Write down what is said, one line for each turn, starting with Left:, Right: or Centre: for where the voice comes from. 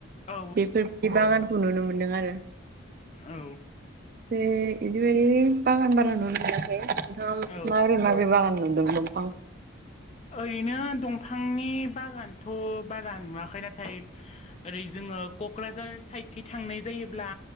Left: औ
Right: बेफोर बादि बागानखौ नुनो मोनदों आरो
Left: औ
Right: बे बिदि बायदि बागान बारा नुनो मोनाखै नोंथां
Left: औ
Right: माबोरै माबोरै बागान नुदोंमोन?
Left: ओरैनो दंफांनि बागानथ' बारा नुवाखै नाथाय ओरै जोङो क'क्राझार साइदखै थांनाय जायो फैयोब्ला